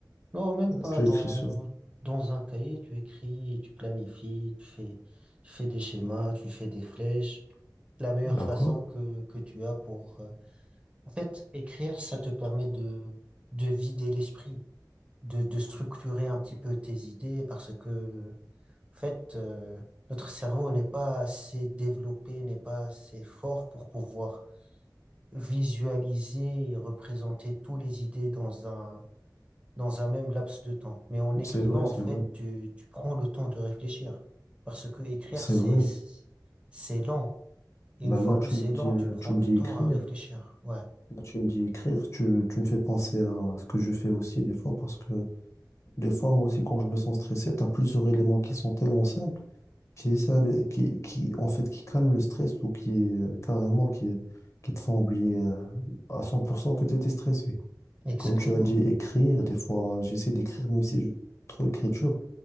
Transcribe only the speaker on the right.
Non, même pas
dans,
dans un cahier, tu écris, tu planifies, tu fais, tu fais des schémas, tu fais des flèches. La meilleure
façon que, que tu as pour... euh, En fait, écrire, ça te permet de, de vider l'esprit, de, de structurer un petit peu tes idées parce que, en fait, euh, notre cerveau n'est pas assez développé, n'est pas assez fort pour pouvoir visualiser et représenter toutes les idées dans un, dans un même laps de temps. Mais en écrivant,
en
fait,
tu, tu prends le temps de réfléchir. Parce que écrire,
c'est,
c'est lent. Et
une fois
que
c'est
lent,
tu prends
le
temps
à réfléchir. Ouais,
exactement.